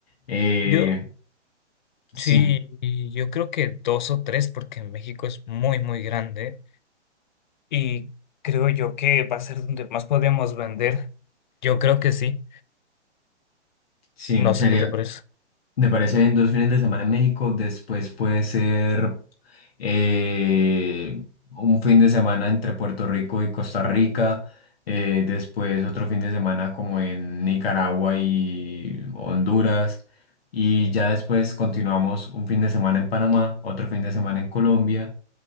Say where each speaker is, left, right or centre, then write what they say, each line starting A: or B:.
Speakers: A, on the left; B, on the left.
A: Eh,
B: Yo,
A: sí.
B: sí, y yo creo que dos o tres, porque México es muy, muy grande y creo yo que va a ser donde más podemos vender. Yo creo que sí.
A: Sí,
B: No
A: sería
B: sé qué te parece.
A: Me parece bien dos fines de semana en México, después puede ser eh, un fin de semana entre Puerto Rico y Costa Rica, eh, después otro fin de semana como en Nicaragua y Honduras, y ya después continuamos un fin de semana en Panamá, otro fin de semana en Colombia.